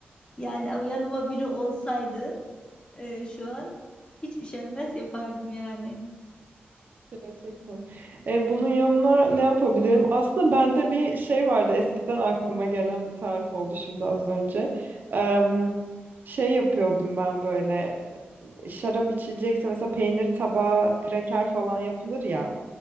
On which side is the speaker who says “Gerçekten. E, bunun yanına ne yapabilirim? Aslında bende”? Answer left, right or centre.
Right